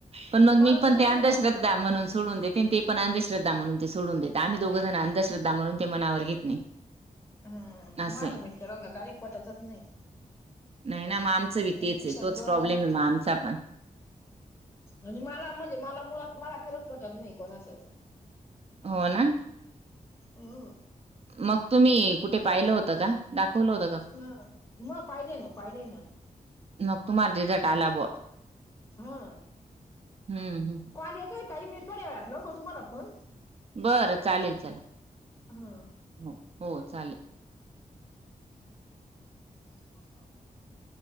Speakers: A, on the right; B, on the left.
A: पण मग
B: मला
A: मी पण
B: सुद्धा
A: त्या
B: भरू
A: अंधश्र
B: जाऊ
A: म्हणून सडून देत आणि ते पण अंधश्रद्धा म्हणून ते सडून देतम्ही दोघ ज अंधश्रद्धा म्हणून ते मनावर घेत नाही.
B: हा
A: असं
B: मार
A: आहे.
B: मिस्टरना काही पटतच नाही.
A: नाही ना मग आमचं बी
B: ते
A: तेच
B: मग
A: आहे
B: सगळं
A: तोच प्रॉब्लेम आहे मग आमचा पण.
B: आणि मला म्हणजे मला मुळात मला खरंच पटत नाही कोणाचं.
A: हो ना.
B: हो.
A: मग तुम्ही कुठे पाहिलं होतं का? दाखवलं होत
B: हा मग पाहिले ना, पाहिले ना,
A: मग तुम्हा रिझल्ट आला बुवा
B: हा
A: हम्म हम्
B: कॉल येतोय ताई मी थोड्यावेळात लावू का तुम्हाला फोन?
A: बरं चालेल चला
B: हा.
A: हो हो चालेल
B: <unintelligible>